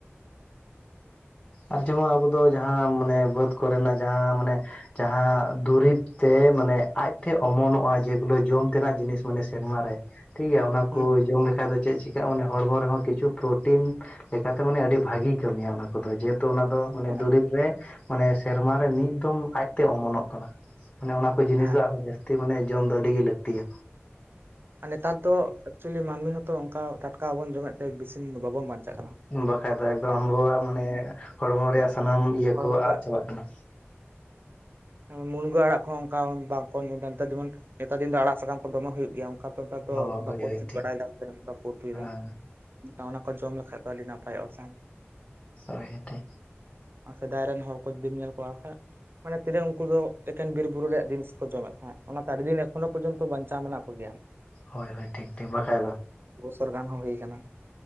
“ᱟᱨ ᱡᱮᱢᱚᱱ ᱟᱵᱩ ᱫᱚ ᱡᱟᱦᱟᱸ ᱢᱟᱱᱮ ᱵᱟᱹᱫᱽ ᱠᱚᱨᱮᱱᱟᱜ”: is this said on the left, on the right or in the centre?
Left